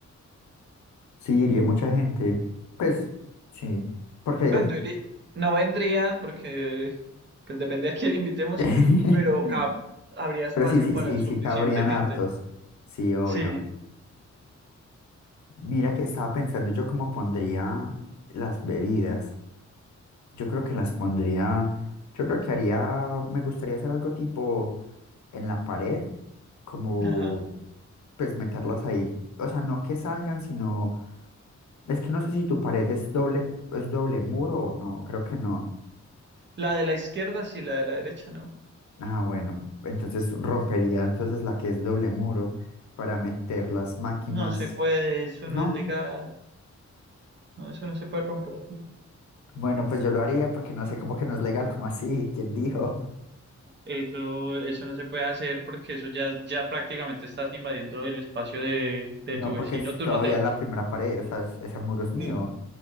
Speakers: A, on the left; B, on the right.
A: Sí, iría mucha gente. Pues sí, porque digamos,
B: Pues no, iría- no vendría porque pues depende a quién invitemos,
A: <laughs>
B: pero ca- habría espacio
A: pero sí, sí,
B: para
A: sí,
B: suficiente
A: sí cabrían
B: gente.
A: hartos. Sí, obvio.
B: Sí,
A: Mira que estaba pensando yo cómo pondría las bebidas. Yo creo que las pondría, yo creo que haría, me gustaría hacer algo tipo en la pared, como
B: ajá.
A: pues meterlas ahí. O sea, no que salgan, sino, es que no sé si tu pared es doble, es doble muro o no, creo que no.
B: La de la izquierda sí, la de la derecha no.
A: Ah, bueno, entonces rompería entonces la que es doble muro para meter las máquinas.
B: No se puede, eso
A: No,
B: no es legal. No, eso no se puede romper así.
A: bueno, pues yo lo haría porque no sé cómo que no es legal, como así, <laughs> ¿quién dijo?
B: Eso, eso no se puede hacer porque eso ya, ya prácticamente estás invadiendo el espacio de, de
A: No,
B: tu vecino.
A: porque es
B: Tú
A: todavía
B: no te...
A: la primera pared, o sea, es- ese muro es mío.
B: Sí.